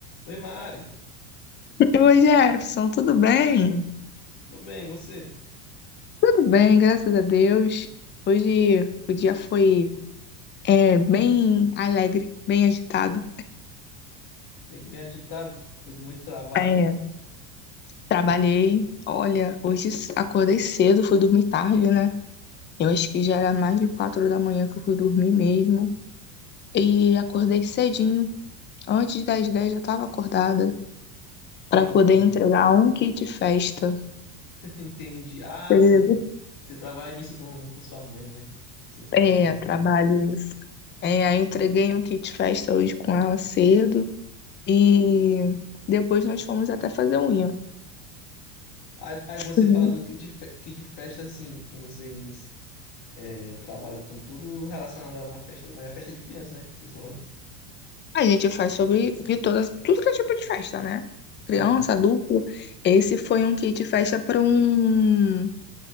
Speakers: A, on the left; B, on the left.
A: Oi, Mari.
B: Oi, Jefferson, tudo bem?
A: Tudo bem, e você?
B: Tudo bem, graças a Deus. Hoje o dia foi é, bem alegre, bem agitado.
A: Bem, bem agitado? Foi de muito trabalho?
B: É, trabalhei, olha, hoje c- acordei cedo, fui dormir tarde, né? Eu acho que já era mais de quatro da manhã que eu fui dormir mesmo. E acordei cedinho, antes das 10 já estava acordada, para
A: Entendi.
B: poder entregar um kit festa.
A: <laughs> Entendi. Ah,
B: Cedo.
A: sim. Você trabalha nisso com, com sua mãe, né? Você tava
B: É,
A: comentando.
B: trabalho isso. É, aí entreguei um kit festa hoje com ela cedo. E depois nós fomos até fazer unha.
A: Aí, aí você
B: Uhum.
A: fala do kit, fe- kit festa, assim. Vocês é, trabalham com tudo relacionado a uma festa, mas é festa de criança, né? Vocês falaram?
B: A gente faz sobre de todas, tudo que é tipo de festa, né? Criança,
A: Ah,
B: adulto. Esse foi um kit festa para um